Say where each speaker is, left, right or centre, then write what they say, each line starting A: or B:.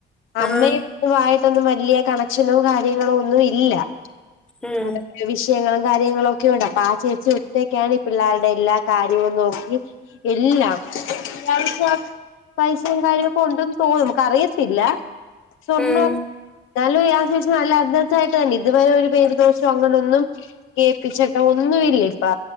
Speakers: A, on the left; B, in the centre.
A: അമ്മെ
B: ആഹ്
A: ഇപ്പൊ ആയിട്ടൊന്നും വലിയ കണക്ഷനോ കാര്യങ്ങളോ ഒന്നും ഇല്ല
B: ഉം
A: എന്തൊക്കെയോ വിഷയങ്ങളും കാര്യങ്ങളും ഒക്കെയുണ്ട് അപ്പൊ ആ ചേച്ചി ഒറ്റക്കാണ് ഈ പിള്ളേരുടെ എല്ലാ കാര്യവും നോക്കി ഇല്ലാ പൈസ പൈസയും കാര്യമൊക്കെ ഉണ്ടന്ന് തോന്നും നമക്ക് അറിയത്തില്ല സ്വർണ്ണോ
B: ഉം
A: എന്നാലും ആ ചേച്ചി നല്ല അന്തസായിട്ട് തന്നെ ഇതുവരെ ഒരു പേരുദോഷോ അങ്ങനെ ഒന്നും കേൾപ്പിച്ചിട്ടോ ഒന്നുമില്ല ഇപ്പ